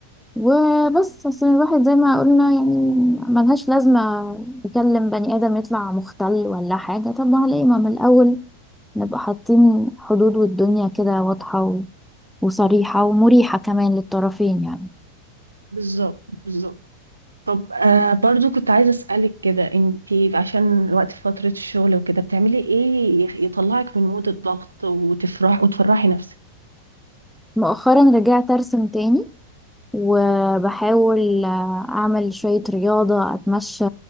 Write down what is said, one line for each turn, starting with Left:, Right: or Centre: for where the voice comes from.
Centre: وبس اصل الواحد زي ما قلنا يعني ملهاش لازمة يكلم بني آدم يطلع مختل ولا حاجة طب ما ليه ما من الأول نبقى حاطين حدود والدنيا كده واضحة و- وصريحة ومريحة كمان للطرفين يعني
Right: بالظبط بالظبط طب آه برضو كنت عايزه اسالك كده انت عشان الوقت في فتره الشغل وكده بتعملي ايه يخ- يطلعك من مود الضغط وتفرح وتفرحي نفسك
Centre: مؤخرا رجعت أرسم تاني وبحاول آه، أعمل شوية رياضة أتمشى